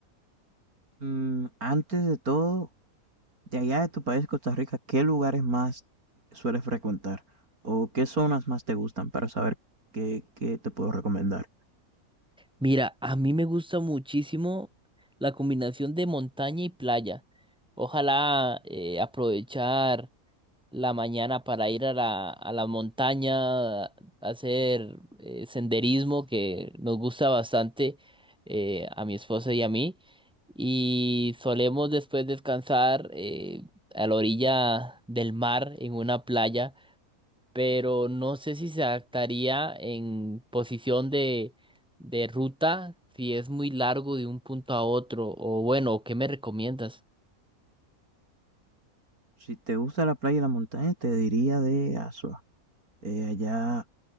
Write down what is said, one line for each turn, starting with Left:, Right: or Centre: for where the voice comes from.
Right: Mm, antes de todo, de allá de tu país, Costa Rica, ¿qué lugares más sueles frecuentar? ¿O qué zonas más te gustan para saber qué, qué te puedo recomendar?
Centre: Mira, a mí me gusta muchísimo la combinación de montaña y playa. Ojalá eh, aprovechar. la mañana para ir a la, a la montaña, a hacer eh, senderismo que nos gusta bastante eh, a mi esposa y a mí. Y solemos después descansar eh, a la orilla del mar en una playa, pero no sé si se adaptaría en posición de, de ruta, si es muy largo de un punto a otro, o bueno, ¿qué me recomiendas?
Right: Si te gusta la playa y la montaña, te diría de Asua. Eh, allá,